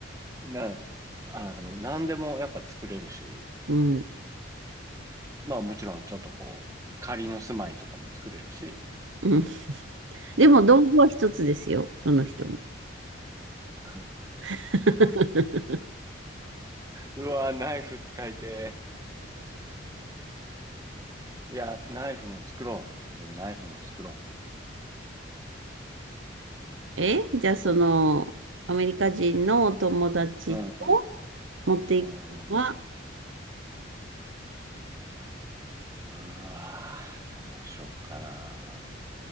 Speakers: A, on the right; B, on the right.
A: な、あの、何でもやっぱ作れるし、
B: うん。うん。
A: まあもちろんちょっとこう、仮の住まいとかも作れるし、
B: <laughs> でも、道具は一つですよ、その人も。
A: <laughs>
B: <laughs>
A: うわ、ナイフ使いてーいや、ナイフも作ろう。じゃあ、ナイフも作ろ
B: え、じゃあ、その、アメリカ人のお友達と持っていくのは
A: う。うんうん。うーん。うわー、どうしよっかな。